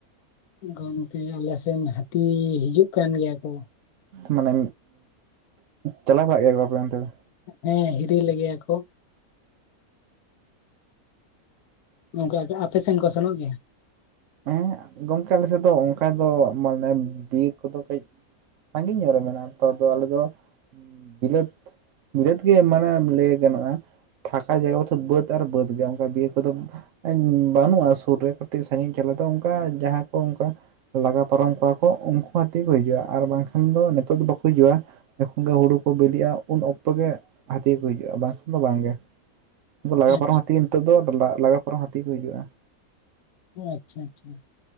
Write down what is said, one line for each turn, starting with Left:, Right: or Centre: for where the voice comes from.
Left: ᱜᱚᱝᱠᱮ ᱟᱞᱮᱥᱮᱱ ᱦᱟᱹᱛᱤ ᱦᱤᱡᱩᱜ ᱠᱟᱱ ᱜᱮᱭᱟ ᱠᱚ᱾
Right: ᱢᱟᱱᱮ ᱪᱟᱞᱟᱣ ᱵᱟᱲᱟᱜ ᱜᱮᱭᱟ ᱠᱚ ᱟᱯᱮ ᱚᱱᱛᱮ ᱫᱚ?
Left: ᱦᱮᱸ ᱦᱤᱨᱤ ᱞᱮ ᱜᱮᱭᱟ ᱠᱚ᱾ ᱚᱱᱠᱟ ᱟᱯᱮ ᱥᱮᱱ ᱠᱚ ᱥᱮᱱᱚᱜ ᱜᱮᱭᱟ?
Right: ᱦᱮᱸ ᱜᱚᱝᱠᱮ ᱟᱞᱮᱥᱮᱫ ᱫᱚ ᱚᱱᱠᱟ ᱫᱚ ᱢᱟᱱᱮ ᱵᱤᱨ ᱠᱚᱫᱚ ᱠᱟᱹᱡ ᱥᱟᱺᱜᱤᱧ ᱧᱚᱜ ᱨᱮ ᱢᱮᱱᱟᱜᱼᱟ ᱛᱚ ᱟᱞᱮ ᱫᱚ ᱵᱤᱞᱟᱹᱛ ᱵᱤᱞᱟᱹᱛ ᱜᱮ ᱢᱟᱱᱮ ᱞᱟᱹᱭ ᱜᱟᱱᱚᱜᱼᱟ᱾ ᱯᱷᱟᱸᱠᱟ ᱡᱟᱭᱜᱟ ᱵᱟᱹᱫ ᱟᱨ ᱵᱟᱹᱫᱽ ᱜᱮ ᱚᱱᱠᱟ ᱵᱤᱨ ᱠᱚᱫᱚ ᱵᱟᱹᱱᱩᱜᱼᱟ ᱥᱩᱨ ᱨᱮ ᱠᱟᱹᱴᱤᱡ ᱥᱟᱺᱜᱤᱧ ᱟᱞᱮ ᱫᱚ ᱚᱱᱠᱟ ᱡᱟᱦᱟᱸ ᱠᱚ ᱚᱱᱠᱟ ᱞᱟᱜᱟ ᱯᱟᱨᱚᱢ ᱠᱚᱣᱟ ᱠᱚ ᱩᱱᱠᱩ ᱦᱟᱹᱛᱤ ᱠᱚ ᱦᱤᱡᱩᱜᱼᱟ ᱟᱨ ᱵᱟᱝᱠᱷᱟᱱ ᱫᱚ ᱱᱤᱛᱚᱜ ᱫᱚ ᱵᱟᱠᱚ ᱦᱤᱡᱩᱜᱼᱟ ᱾ ᱡᱚᱠᱷᱚᱱ ᱜᱮ ᱦᱩᱲᱩ ᱠᱚ ᱵᱤᱞᱤᱜᱼᱟ ᱩᱱ ᱚᱠᱛᱚ ᱜᱮ ᱦᱟᱹᱛᱤ ᱠᱚ ᱦᱤᱡᱩᱜᱼᱟ ᱵᱟᱝᱠᱷᱟᱱ ᱫᱚ ᱵᱟᱝᱜᱮ ᱾ ᱩᱱᱠᱩ ᱞᱟᱜᱟ
Left: ᱟᱪᱪᱷᱟ
Right: ᱯᱟᱨᱚᱢ ᱦᱟᱹᱛᱤ ᱜᱮ ᱱᱤᱛᱚᱜ ᱫᱚ ᱞᱟᱜᱟ ᱯᱟᱨᱚᱢ ᱦᱟᱹᱛᱤ ᱠᱚ ᱦᱤᱡᱩᱜᱼᱟ ᱾
Left: ᱟᱪᱪᱷᱟ ᱟᱪᱪᱷᱟ ᱾